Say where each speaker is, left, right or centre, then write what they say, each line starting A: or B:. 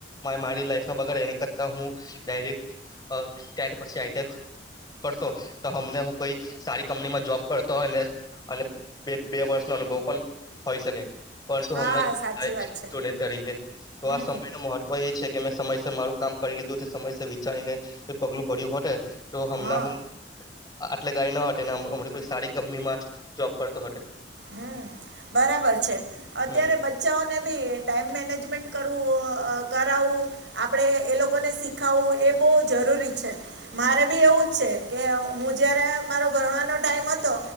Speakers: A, on the left; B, on the right.
A: મારી લાઈફ ના બગ એને કરતા હું ડાયરેક્ સ્ટેન્ડ પછી આઈ ત પડતો હમને હું કઈ સારી કંપનીમાં જોબ પડતો હોય ને અને બે બે વર્ષ નો અનુભવ પણ હોય શકે પરંતુ
B: હા
A: હમણાં
B: સાચી વાત
A: જ
B: છે
A: તરીકે તો
B: હમ
A: આ સમય ન મહત્વ એ છે કે મેં સમયસર મારું કામ કરી લીધું છે સમયસર વિચારીને <unintelligible> પગલું ભર્યું હોતે તો હમણાં
B: હા
A: હું આટલે <unintelligible> હમણે કોઈ સારી કંપનીમાં જોબ કરતો હતે.
B: હમ્મ બરાબર છે અત્યારે
A: હમ
B: બચ્ચાઓને બી ટાઈમ મેનેજમેન્ટ કરુ અ અ કરાવવું આપણે એ લોકોને શીખાવવું એ બોહ જરૂરી છે. મારે બી એવું જ છે કે હું જયારે મારો ભણવાનો ટાઈમ હતો.